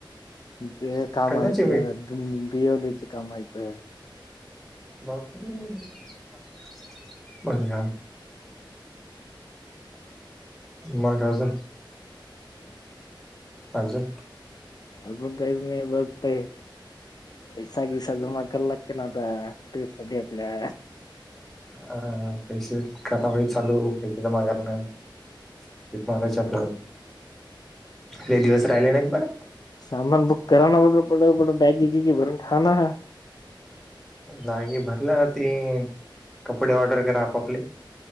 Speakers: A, on the left; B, in the centre.
A: बे कामयत
B: कशाची मी
A: ब बियवलिची कामयत
B: बापू <unintelligible> मग अजून अजून
A: अजून कायच नाही बघताय पैसाबिसा जमा करायला लागते ना आता ट्रीप साठी आपल्या
B: अ पैसे करावाई चालू <unintelligible> मागारण महाराज आपला लई दिवस राहिले नाहीत बरं
A: सामान बुक करा ना <unintelligible> बॅग क क भरून ठेवा ना
B: लागी भरल्या ना तीन कपडे ऑर्डर करा आपापले